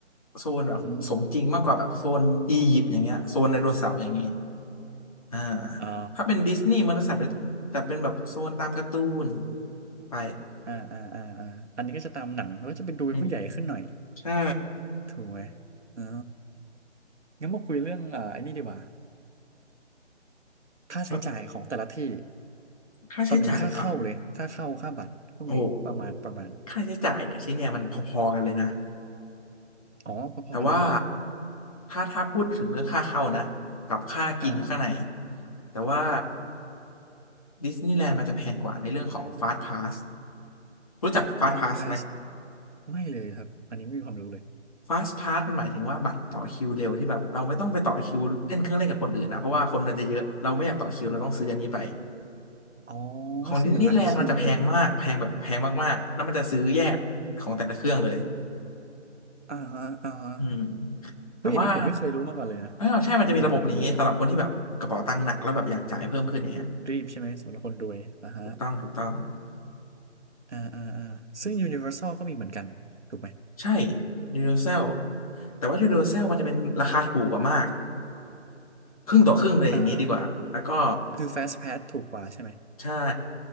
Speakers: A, on the left; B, on the right.
A: โซนแบบสมจริงมากกว่าแบบโซนอียิปต์อย่างเงี้ยโซนไดโนเสาร์อย่างเงี้ย
B: อือหืออือหือ
A: อ่า
B: อ๋อ
A: ถ้าเป็นดิสนีย์มันจะจัดเป็นจัดเป็นแบบโซนตามการ์ตูนไป
B: อ่าอ่าอ่าอ่าอันนี้ก็จะตามหนังแล้วก็จะไปดูเป็นผู้ใหญ่ขึ้นหน่อย
A: อืมใช่
B: ถูกไหมอ๋องั้นมาคุยเรื่องอ่าไอ้นี่ดีกว่าค่าใช้จ่ายของแต่ละที่
A: เออค่าใช้จ่ายเหรอ
B: ก่อนอื่นค่าเข้าเลยค่าเข้าค่าบัตรพวกนี้ประมาณประมาณ
A: โอ้โหค่าใช้จ่ายเนี่ยชิ้นเนี่ยมันพอๆกันเลยนะ
B: อ๋อพอๆกันเลยเหรอ
A: แต่ว่าถ้าถ้าพูดถึงเรื่องค่าเข้านะกับค่ากินข้างใน
B: อ่า
A: แต่ว่าดิสนีย์แลนด์มันจะแพงกว่าในเรื่องของฟาสต์พาสรู้จักฟาสต์พาสไหม
B: พาสพาสไม่เลยครับอันนี้ไม่มีความรู้เลย
A: fast pass มันหมายถึงว่าบัตรต่อคิวเร็วที่แบบเราไม่ต้องไปต่อคิวเล่นเครื่องเล่นกับคนอื่นนะเพราะว่าคนมันจะเยอะเราไม่อยากต่อคิวเราต้องซื้ออันนี้ไป
B: อ๋อ
A: ของดิสนีย์แลนด์มันจะแพงมากแพงแบบแพงมากๆแล้วมันจะซื้อแยกของแต่ละเครื่องเลย
B: ก็คือเหมือนรัดคิวเลยอ่าฮะอ่าฮะ
A: อืมแต่ว่า
B: เฮ้ย อันนี้ผมไม่เคยรู้มาก่อนเลยนะ
A: อ้าวใช่มันจะมีระบบนี้สำหรับคนที่แบบกระเป๋าตังค์หนักแล้วแบบอยากจ่ายเพิ่มขึ้นอย่างเงี้ย
B: มันมีอะไรแบบนี้ด้วย รีบใช่ไหมสำหรับคนรวยอ่าฮะ
A: ถูกต้องถูกต้อง
B: อ่าอ่าอ่าซึ่ง Universal ก็มีเหมือนกัน ถูกไหม
A: ใช่ Universal แต่ว่า Universal มันจะเป็นราคาถูกกว่ามากครึ่งต่อครึ่งเลยอย่างนี้ดีกว่าแล้วก็
B: อ่าฮะคือ Fast Pass ถูกกว่าใช่ไหม
A: ใช่